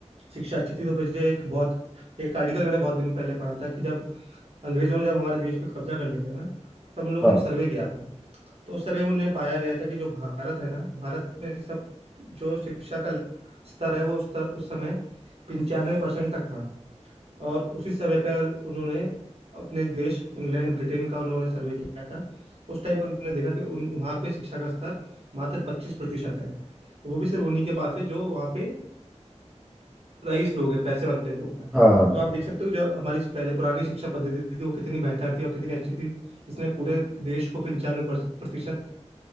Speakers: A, on the right; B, in the centre.
A: शिक्षा अच्छी थी तो मुझे एक बहुत एक आर्टिकल मैंने बहुत दिन पहले पढ़ा था कि जब अंग्रेजों ने जब हमारे देश पे कब्जा कर लिया था ना तब उन लोगों
B: हाँ
A: ने एक सर्वे किया था तो उस सर्वे में उन्हें पाया गया था कि जो भारत है ना भारत में सब जो शिक्षा का स्तर है वो उस, तर, उस समय पंचानवे परसेंट तक था और उसी समय पर उन्होंने अपने देश इंग्लैंड ब्रिटेन का उन्होंने सर्वे किया था उस टाइम पर उन्होंने देखा कि उन वहाँ पे शिक्षा का स्तर मात्र पच्चीस प्रतिशत है और वो भी सिर्फ उन्हीं के पास है जो वहाँ पे रईस लोग हैं पैसे वाले लोग हैं
B: हाँ हाँ
A: तो आप देख सकते हो जो हमारी पहले पुरानी शिक्षा पद्धति थी वो कितनी बेहतर थी और कितनी अच्छी थी इसने पूरे देश को पंचानवे प्रतिशत